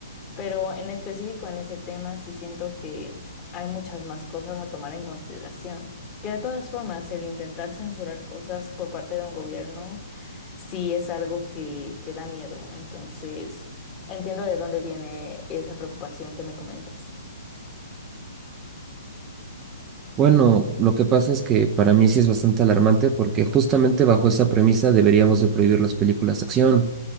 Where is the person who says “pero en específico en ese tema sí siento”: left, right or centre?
Left